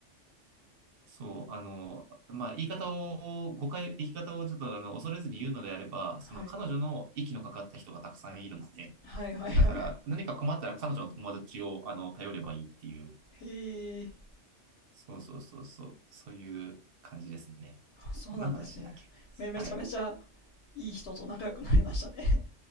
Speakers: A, on the right (about 60°); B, on the left (about 60°).
A: そう、あの、まあ、言い方を、誤解、言い方をちょっとあの恐れずに言うのであれば、
B: <laughs> はい、
A: その彼女の息のかかった人がたくさんいるので、
B: はい、はい、はい。
A: だから何か困ったら彼女の友達をあの頼ればいいっていう
B: ええ
A: そうそうそうそう、そういう感じですね。
B: そうなんですね。
A: 何の話だっけはい。
B: め、めちゃめちゃいい人と仲良くなりましたね。